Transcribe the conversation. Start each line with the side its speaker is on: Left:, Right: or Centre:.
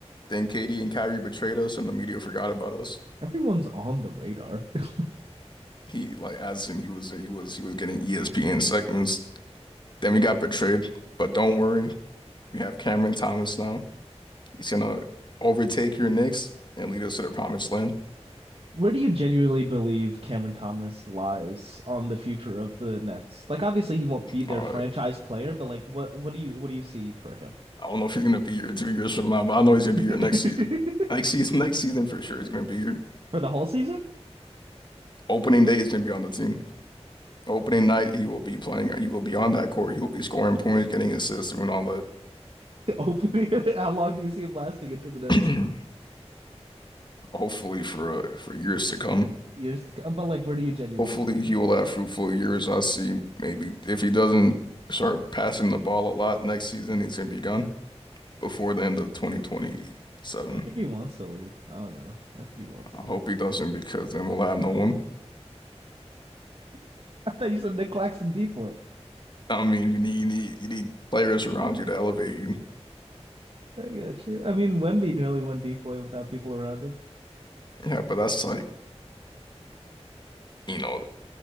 Left: Then KD and Kyrie betrayed us, and the media forgot about us.
Right: Everyone's on the radar. <laughs>
Left: He like as in he was he was he was getting ESPN segments. Then we got betrayed. But don't worry, we have Cameron Thomas now. He's gonna overtake your Knicks and lead us to the promised land.
Right: Where do you genuinely believe Cameron Thomas lies on the future of the Nets? Like obviously he won't be their
Left: All
Right: franchise
Left: right.
Right: player, but like what what do you what do you see for him?
Left: I don't know if he's gonna be here two years from now, but I know he's gonna be
Right: <laughs>
Left: here next season. Next season, <laughs> next season for sure, he's gonna be here.
Right: For the whole season?
Left: Opening day, he's gonna be on the team. Opening night, he will be playing. He will be on that court. He will be scoring points, getting assists, doing all that.
Right: Opening <laughs> how long do you see him lasting into the Nets?
Left: <clears throat> Hopefully for uh, for years to come.
Right: Years to come. But like where do you genuinely
Left: Hopefully
Right: see? it?
Left: he will have fruitful years. I see. Maybe if he doesn't start passing the ball a lot next season, he's gonna be gone before the end of 2027.
Right: I think he wants to leave. I don't know. I think he wants
Left: I
Right: to
Left: hope
Right: leave.
Left: he doesn't because then we'll have no one.
Right: <laughs> I thought you said Nick Claxton deep boy.
Left: I mean, you need you need you need players around you to elevate you.
Right: I got you. I mean, Wemby nearly won DPOY without people around him.
Left: Yeah, but that's like you know